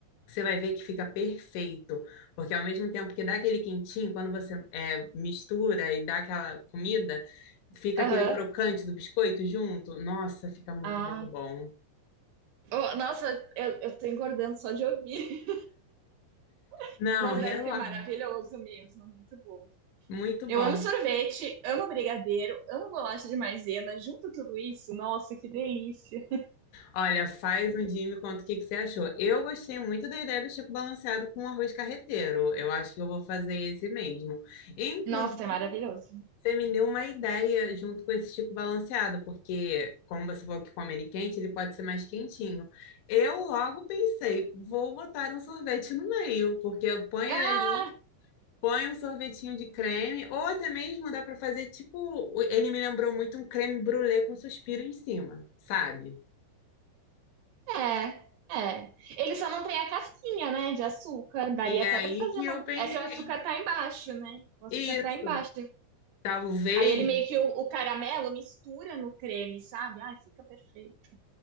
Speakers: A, on the left; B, on the right.
A: Você vai ver que fica perfeito, porque ao mesmo tempo que dá aquele quentinho, quando você é, mistura e dá aquela comida, fica
B: aham.
A: aquele crocante do biscoito junto. Nossa, fica muito,
B: Ah.
A: muito bom.
B: Oh, nossa, eu, eu tô engordando só de ouvir. <laughs>
A: Não,
B: Mas
A: relaxa.
B: deve ser maravilhoso mesmo. Muito bom.
A: Muito
B: Eu
A: bom.
B: amo sorvete, amo brigadeiro, amo bolacha de maisena, junto tudo isso. Nossa, que delícia.
A: Olha, faz um dia e me conta o que que você achou. Eu gostei muito da ideia do Chico Balanceado com arroz carreteiro. Eu acho que eu vou fazer esse mesmo. Inclusive,
B: Nossa, é maravilhoso.
A: você me deu uma ideia junto com esse Chico Balanceado, porque, como você falou que come ele quente, ele pode ser mais quentinho. Eu logo pensei, vou botar um sorvete no meio, porque eu ponho
B: Ah,
A: ele ali. Põe um sorvetinho de creme, ou até mesmo dá para fazer tipo. Ele me lembrou muito um creme brulee com suspiro em cima, sabe?
B: é. É. Ele só não tem a casquinha, né, de açúcar. Daria
A: E
B: até
A: aí
B: pra fazer
A: que
B: uma.
A: eu pensei,
B: É que o açúcar tá embaixo, né? O açúcar
A: isso,
B: tá embaixo.
A: talvez,
B: Aí ele meio que o, o caramelo mistura no creme, sabe? Ai, fica perfeito.